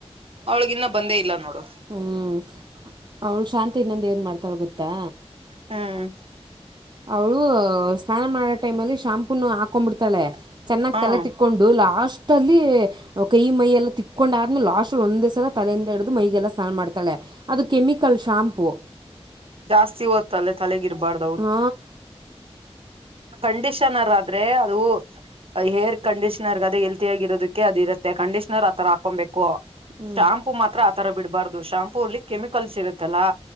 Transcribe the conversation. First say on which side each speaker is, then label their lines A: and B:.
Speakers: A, on the right; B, on the right.
A: ಅವಳಗ್ ಇನ್ನ ಬಂದೇ ಇಲ್ಲ ನೋಡು.
B: ಹ್ಮ್ ಅವಳು ಶಾಂತಿ ಇನ್ನೊಂದು ಏನ್ ಮಾಡ್ತಾಳ ಗೊತ್ತಾ.
A: ಹ್ಮ್
B: ಅವಳು ಸ್ನಾನ ಮಾಡೋ ಟೈಮ್ ಅಲ್ಲಿ ಶಾಂಪೂನು ಹಾಕೊಂಬಿಡ್ತಳೆ ಚೆನ್ನಾಗ್
A: ಹ್ಮ
B: ತಲೆ ತಿಕ್ ಕ್ಕೊಂಡು ಲಾಸ್ಟ್ ಅಲ್ಲಿ ಕೈ ಮೈಯ ಎಲ್ಲಾ ತಿಕ್ಕೊಂಡಾದ್ಮಲೆ ಲಾಸ್ಟ್ ಒಂದ್ಸಲ ತಲೆಯಿಂದ ಹಿಡ್ದು ಮೈಗೆಲ್ಲ ಸ್ನಾನ ಮಾಡ್ತಾಳೆ. ಅದು ಕೆಮಿಕಲ್ ಶಾಂಪೂ.
A: ಜಾಸ್ತಿ ಓತ್ತಲ್ಲೆ ತಲೆಗಿರ್ಬಾರ್ದು.
B: ಹಾ
A: ಕಂಡೀಷನರ್ ಆದ್ರೆ ಅದು ಅ ಹೇರ್ ಕಂಡೀನರ್ ಅದೇ ಹೆಲ್ತಿ ಆಗಿರೋದಕ್ಕೆ ಅದ ಇರುತ್ತೆ ಕಂಡಿಷನರ್ ಆತರ ಹಾಕೊಂಬೇಕೂ.
B: ಹ್ಞೂ
A: ಶಾಂಪೂ ಮಾತ್ರ ಆತರ ಬಿಡ್ಬಾರ್ದು ಶಾಂಪೂ ಅಲ್ಲಿ ಕೆಮಿಕಲ್ಸ್ ಇರುತ್ತಲ್ಲಾ.